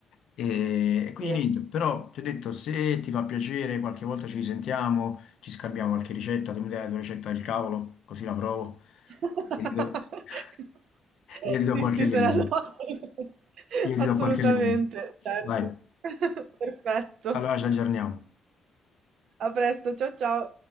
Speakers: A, on the left; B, on the right.
A: E,
B: Sì.
A: e quindi niente, però ti ho detto, se ti fa piacere, qualche volta ci risentiamo, ci scambiamo qualche ricetta, tu mi dai la tua ricetta del cavolo, così la provo.
B: <laughs>
A: E io ti do- <laughs> e io ti do
B: Sì,
A: qualche
B: sì,
A: legume.
B: te la do assolutamente,
A: Io
B: assolutamente,
A: ti do qualche legume.
B: certo.
A: Vai,
B: <laughs> Perfetto.
A: allora ci aggiorniamo.
B: A presto, ciao ciao.